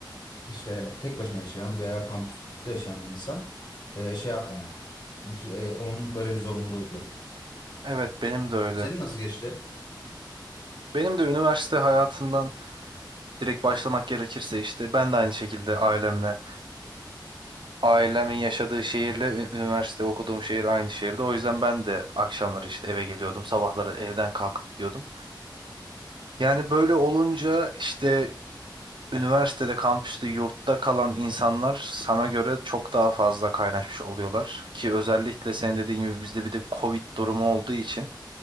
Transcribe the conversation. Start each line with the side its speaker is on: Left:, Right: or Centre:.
Left: işte tek başına yaşayan veya kampüste yaşayan bir insan e, şey yapmıyor. Bir şey- e, onun böyle bir zorunluluğu yok.
Right: Evet benim de öyle.
Left: Senin nasıl geçti?
Right: Benim de üniversite hayatımdan direkt başlamak gerekirse işte ben de aynı şekilde ailemle. Ailemin yaşadığı şehirle ü- üniversite okuduğum şehir aynı şehirde. O yüzden ben de akşamları işte eve geliyordum. Sabahları evden kalkıp gidiyordum. Yani böyle olunca işte üniversitede, kampüste, yurtta kalan insanlar sana göre çok daha fazla kaynaşmış oluyorlar. Ki özellikle senin dediğin gibi bizde bir de Covid durumu olduğu için